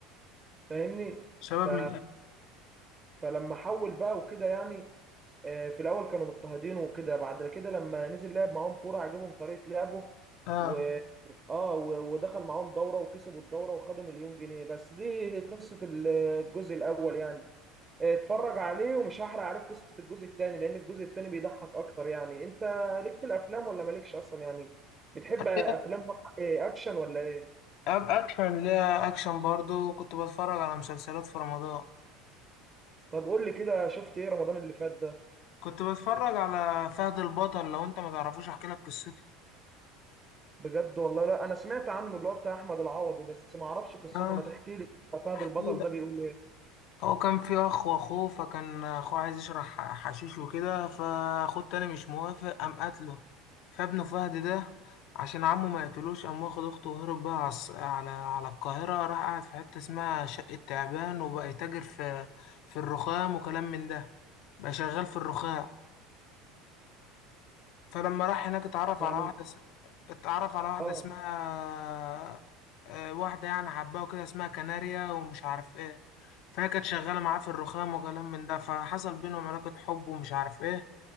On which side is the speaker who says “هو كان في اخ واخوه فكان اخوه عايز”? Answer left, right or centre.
Left